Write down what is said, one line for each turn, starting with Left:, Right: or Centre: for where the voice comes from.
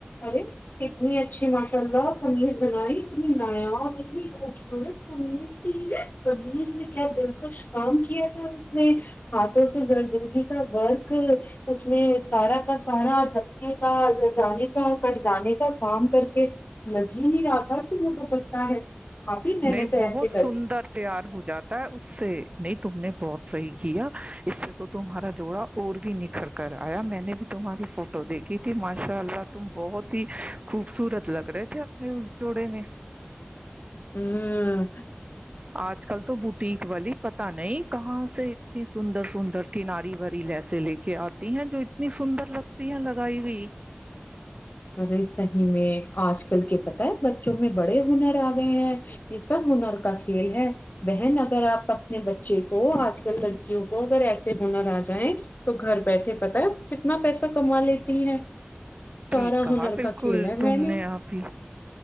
Left: ارے <unintelligible> کتنی اچھی ماشاء اللہ قمیض بنائی اتنی نایاب اور اتنی خوبصورت قمیض کمیز میں کیا دلکش کام کیا تھا اس نے ہاتھوں سے زردوزی کا ورک اس میں سارا کا سارا دھکے کا زر جانے کا کٹ جانے کا کام کر کے لگ ہی نہیں رہا کہ وہ تو پچتا ہے آی ن
Right: نہیں
Left: نے تو
Right: بہت
Left: ایس <unintelligible>
Right: سندر تیار ہو جاتا ہے اس سے نہیں تم نے بہت صحیح اس سے تو تمہارا جوڑا اور بھی نکھر کر آیا میں نے بھی تمہاری فوٹو دیکھی تھی ماشاء اللہ تم بہت ہی خوبصورت لگ رہے تھے ی اس جوڑے میں
Left: ہوں
Right: آج کل تو بوٹیک والی پتہ نہیں کہاں سے اتنی سندر سندر کناری بھری لیسیے لے کے آتی ہیں جو اتنی سندر لگتی ہیں لگائی ہوئی
Left: مگر صحیح میں آج کل کے پ <unintelligible> ہے بچوں میں بڑے ہنر آ گئے ہیں یہ سب ہنر کو کا کھیل ہے بہن اگر آپ اپنے بچے کو آج کل لڑکیوں کو اگر ایسے ہونر آ جائیں تو گھر بیٹھے پت ہے کتنا پیسہ کما لیتی ہے
Right: ٹھیک
Left: سارا
Right: کہا
Left: ہنر
Right: بالکل
Left: کا کھیل ہے میں
Right: تم نے آپھی